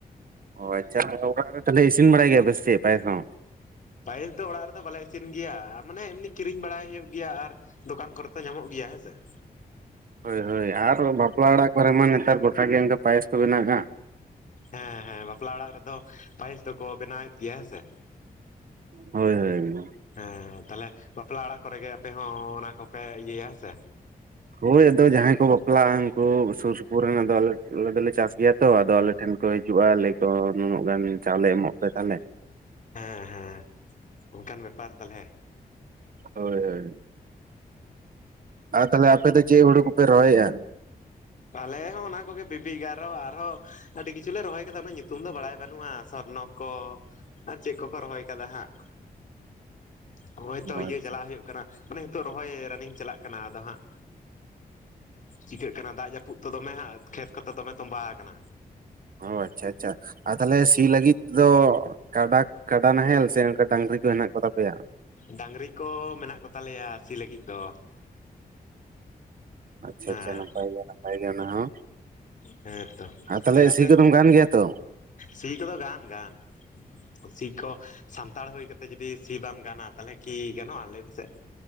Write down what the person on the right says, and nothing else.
ᱚ ᱟᱪᱪᱷᱟ ᱟᱨᱦᱚ ᱚᱲᱟᱜ ᱨᱮ ᱛᱟᱦᱚᱞᱮ, ᱤᱥᱤᱱ ᱵᱟᱲᱟᱭ ᱜᱮᱭᱟ ᱯᱮ ᱥᱤᱠᱤ ᱯᱟᱭᱥ ᱦᱚᱸ?
ᱦᱳᱭ ᱦᱳᱭ ᱟᱨ ᱵᱟᱯᱞᱟ ᱚᱲᱟᱜ ᱠᱚᱨᱮ ᱢᱟ, ᱱᱮᱛᱟᱨ ᱜᱚᱴᱟ ᱜᱮ ᱚᱱᱠᱟ ᱯᱟᱭᱮᱥ ᱠᱚ ᱵᱮᱱᱟᱣ ᱦᱟᱸᱜ ᱾
ᱦᱳᱭ, ᱦᱳᱭ ᱮᱠᱫᱚᱢ᱾
ᱦᱳᱭ ᱟᱫᱚ ᱡᱟᱦᱟᱸᱭ ᱠᱚ ᱵᱟᱯᱞᱟᱜᱼᱟ, ᱩᱱᱠᱩ ᱥᱩᱨ ᱥᱩᱯᱩᱨ ᱨᱮᱱᱫᱚ ᱟᱞᱮ ᱟᱞᱮ ᱫᱚᱞᱮ ᱪᱟᱥ ᱜᱮᱭᱟ ᱛᱚ, ᱟᱫᱚ ᱟᱞᱮ ᱴᱷᱮᱱ ᱠᱚ ᱦᱤᱡᱩᱜᱼᱟ᱾ ᱞᱟᱹᱭᱟᱠᱚ ᱱᱩᱱᱟᱹᱜ ᱜᱟᱱ ᱪᱟᱣᱞᱮ ᱮᱢᱚᱜ ᱯᱮ ᱛᱟᱦᱚᱞᱮ ᱾
ᱦᱳᱭ ᱦᱳᱭ ᱟᱨ ᱛᱟᱦᱚᱞᱮ ᱟᱯᱮ ᱫᱚ ᱪᱮᱫ ᱦᱩᱲᱩ ᱠᱚᱯᱮ ᱨᱚᱦᱚᱭᱮᱜᱼᱟ?
<inaudible> <inaudible>
ᱚ
ᱟᱪᱪᱷᱟ
ᱚ ᱟᱪᱪᱷᱟ ᱟᱪᱪᱷᱟ, ᱟᱨ ᱛᱟᱦᱚᱞᱮ ᱥᱤ ᱞᱟᱹᱜᱤᱫ ᱫᱚ ᱠᱟᱰᱟ-ᱠᱟᱰᱟ ᱱᱟᱦᱮᱞ ᱥᱮ, ᱚᱱᱠᱟ ᱰᱟᱝᱨᱤ ᱠᱚ ᱦᱮᱱᱟᱜ ᱠᱚᱛᱟ ᱯᱮᱭᱟ?
ᱟᱪᱪᱷᱟ
ᱟᱪᱪᱷᱟ ᱱᱟᱯᱟᱭ ᱜᱮᱭᱟ, ᱱᱟᱯᱟᱭ ᱜᱮᱭᱟ ᱚᱱᱟ ᱦᱚᱸ᱾
ᱟᱨ ᱛᱟᱦᱚᱞᱮ
ᱥᱤ ᱠᱚᱫᱚᱢ ᱠᱟᱱ ᱜᱮᱭᱟ ᱛᱚ?